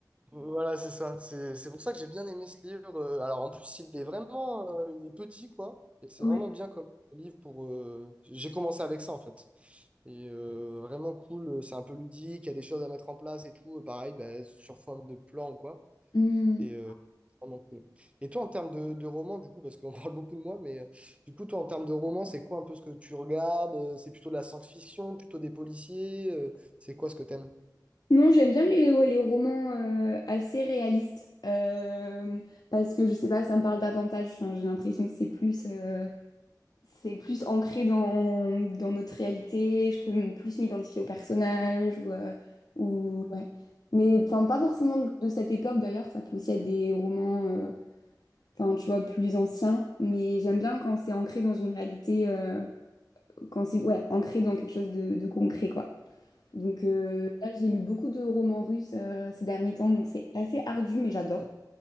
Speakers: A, on the right; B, on the left.
A: Voilà, c'est ça. C'est c'est pour ça que j'ai bien aimé ce livre. Euh, Alors, en plus, il est vraiment euh, il est petit, quoi. Et c'est
B: Ouais.
A: vraiment bien comme livre pour. euh, J'ai commencé avec ça, en fait. Et euh, vraiment cool. euh, C'est un peu ludique. Il y a des choses à mettre en place et tout. Euh, Pareil, bah, sur forme de plan, quoi.
B: Hmm.
A: Et, euh, vraiment cool. Et toi, en termes de, de roman, du coup, parce qu'on <laughs> parle beaucoup de moi, mais euh, du coup, toi, en termes de roman, c'est quoi un peu ce que tu regardes? Euh, C'est plutôt de la science-fiction, plutôt des policiers? Euh, c'est quoi ce que t'aimes?
B: Non, j'aime bien les, ouais, les romans euh, assez réalistes euh, parce que je sais pas, ça me parle davantage. Enfin, j'ai l'impression que c'est plus, euh, c'est plus ancré dans, dans notre réalité. Je peux m- plus m'identifier au personnage ou, euh, ou ouais. Mais enfin, pas forcément de de cette époque d'ailleurs. Ça peut aussi être des romans, euh, enfin, tu vois, plus anciens. Mais j'aime bien quand c'est ancré dans une réalité, euh, quand c'est ouais, ancré dans quelque chose de, de concret, quoi. Donc euh, là, j'ai lu beaucoup de romans russes euh, ces derniers temps, donc c'est assez ardu, mais j'adore.